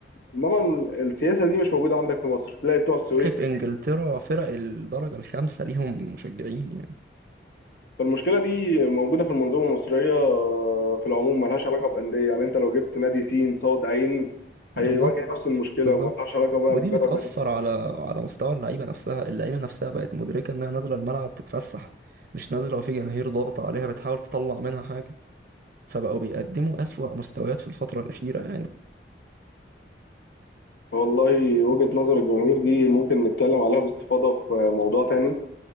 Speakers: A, on the left; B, on the right.
A: انما السياسه دي مش موجوده عندك في مصر تلاقي بتوع السويس
B: تلاقي في انجلترا فرق الدرجه الخامسه ليهم مشجعين يعني
A: فالمشكله دي موجوده في المنظومه المصريه آه، في العموم ملهاش علاقه بانديه يعني انت لو جبت نادي سين صاد عين
B: بالظبط
A: هيواجه نفس المشكله
B: بالظبط
A: ملهاش علاقه بقى
B: ودي
A: ببيراميدز
B: بتأثر على على مستوى اللعيبة نفسها اللعيبة نفسها بقت مدركة إنها نازلة الملعب تتفسح مش نازلة وفي جماهير ضاغطة عليها بتحاول تطلع منها حاجة فبقوا بيقدموا أسوأ مستويات في الفترة الأخيرة يعني
A: والله وجهه نظر الجماهير دي ممكن نتكلم عليها باستفاضه في موضوع تاني